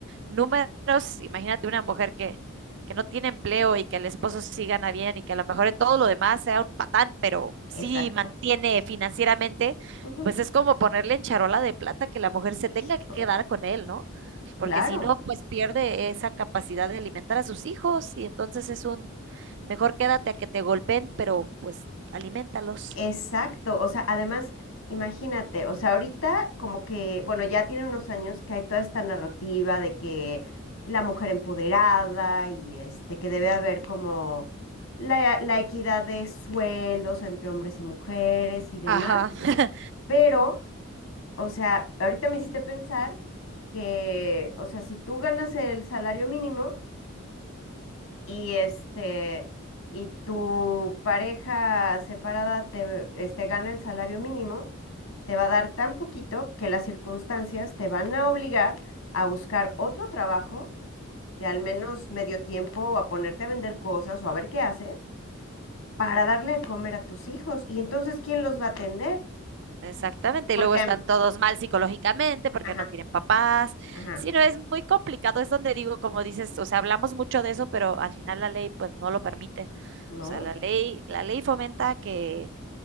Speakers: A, on the right; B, on the left.
A: números, imagínate una mujer que, que no tiene empleo y que el esposo sí gana bien y que a lo mejor en todo lo demás sea un patán, pero sí
B: exacto.
A: mantiene financieramente,
B: ujú,
A: pues es como ponerle en charola de plata que la mujer se
B: híjole,
A: tenga que quedar con él, ¿no?
B: claro,
A: Porque si no, pues pierde esa capacidad de alimentar a sus hijos y entonces es un, mejor quédate a que te golpeen, pero pues alimentalos.
B: exacto. O sea, además, imagínate, o sea, ahorita como que, bueno, ya tiene unos años que hay toda esta narrativa de que la mujer empoderada y este, que debe haber como la, la equidad de sueldos entre hombres y mujeres y demás.
A: Ajá. <laughs>
B: Pero, o sea, ahorita me hiciste pensar que, o sea, si tú ganas el salario mínimo y este y tu pareja separada te este, gana el salario mínimo, te va a dar tan poquito que las circunstancias te van a obligar a buscar otro trabajo de al menos
A: Ujú.
B: medio tiempo o a ponerte a vender cosas o a ver qué haces para darle de comer a tus hijos. Y entonces, ¿quién los va a atender?
A: Exactamente,
B: Porque,
A: y luego están
B: am-
A: todos mal psicológicamente porque
B: ajá,
A: no tienen papás.
B: ajá,
A: Sí, no, es muy complicado, es donde digo, como dices, o sea, hablamos mucho de eso, pero al final la ley pues no lo permite.
B: no,
A: O sea, la ley, la ley fomenta que